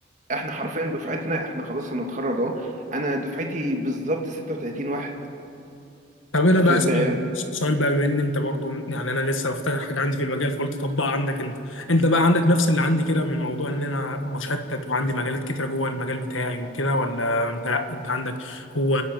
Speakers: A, on the right; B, on the left.
A: احنا حرفيا دفعتنا احنا خلاص هنتخرج اهو انا دفعتي بالظبط 36 واحد
B: طب انا
A: ف-
B: بقى اسال
A: ب-
B: سؤال بقى بما ان انت برضو يعني انا لسه بفتكر حاجه عندي في المجال فقلت طبقها عندك انت انت بقى عندك نفس اللي عندي كده من موضوع ان انا مشتت وعندي مجالات كتيره جوه المجال بتاعي وكده ولا انت لأ، انت عندك هو